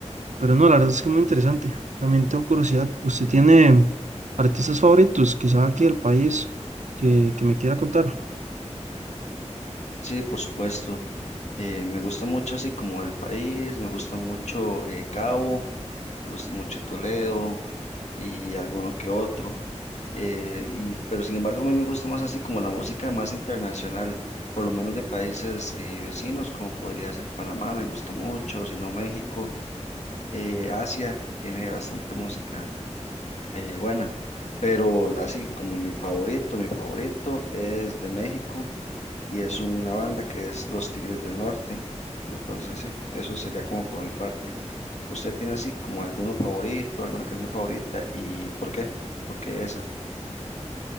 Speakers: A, on the right (about 85°); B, on the left (about 70°).
A: Pero no, la verdad es que muy interesante. También tengo curiosidad, ¿usted tiene artistas favoritos, quizá aquí del país, que, que me quiera contar?
B: Sí, por supuesto. eh, me gusta mucho así como el país, me gusta mucho eh, Cabo, me gusta mucho Toledo y alguno que otro. eh, y, pero sin embargo, a mí me gusta más así como la música más internacional, por lo menos de países eh, vecinos, como podría ser Panamá, me gusta mucho, si no México, eh, Asia tiene bastante música eh, buena, pero así como mi favorito, mi favorito es de México y es una banda que es Los Tigres del Norte. Entonces, sí, eso sería como por mi parte. ¿Usted tiene así como alguno favorito, alguna canción favorita y por qué? ¿Por qué esa?